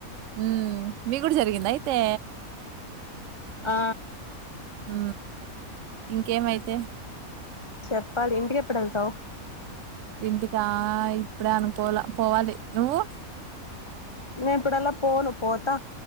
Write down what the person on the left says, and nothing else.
ఆ
చెప్పాలి ఇంటికి ఎప్పుడు వెళ్తావు
నేను ఇప్పుడలా పోను పోతా